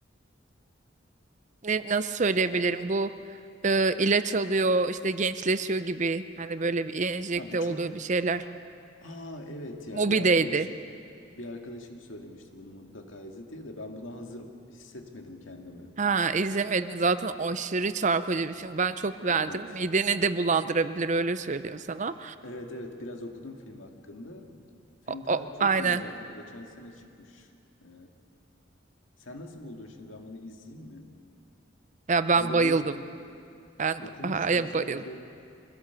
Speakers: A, on the right (about 40°); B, on the left (about 85°).
A: ne, nasıl söyleyebilirim bu e, ilaç alıyor işte gençleşiyor gibi hani böyle bir enjekte
B: Ha bu çok...
A: oluyor bir şeyler.
B: Aa evet ya
A: Mobi'deydi.
B: bir arkadaşı Bir arkadaşım söylemişti bunu mutlaka izle diye de ben buna hazır hissetmedim kendimi.
A: Ha izlemedim zaten aşırı çarpıcı bir film. Ben çok beğendim.
B: Evet.
A: Mideni de bulandırabilir öyle söyleyeyim sana.
B: Evet evet biraz okudum film hakkında. Film
A: O,
B: ta
A: o-
B: çok
A: aynen.
B: yeni zaten geçen sene çıkmış. Ee, sen nasıl buldun şimdi ben bunu izleyeyim mi?
A: Ya ben
B: Böyle
A: bayıldım.
B: bir
A: Ben
B: okumuştum
A: ha- ya
B: sanki.
A: bayıldım.